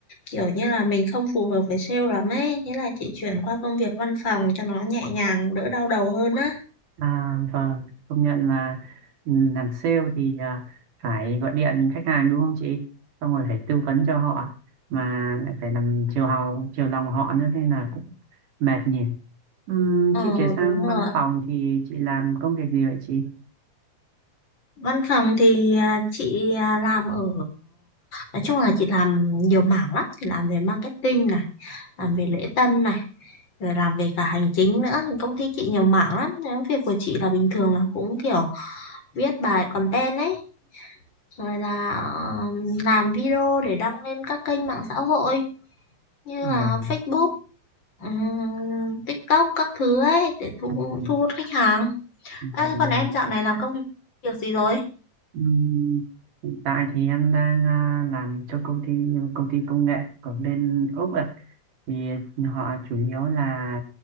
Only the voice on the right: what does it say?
À, vâng, công nhận là ừm, làm sale thì à, phải gọi điện khách hàng đúng không chị? Xong rồi phải tư vấn cho họ mà lại phải làm chiều hào, chiều lòng họ nữa nên là cũng mệt nhỉ. Ừm,
chị chuyển sang
văn phòng thì chị làm công việc gì vậy chị?
Vâng.
Ừm,
Vậy
là
Ừm, hiện tại thì em đang à, làm cho công ty công ty công nghệ ở bên Úc ạ. Thì họ chủ yếu là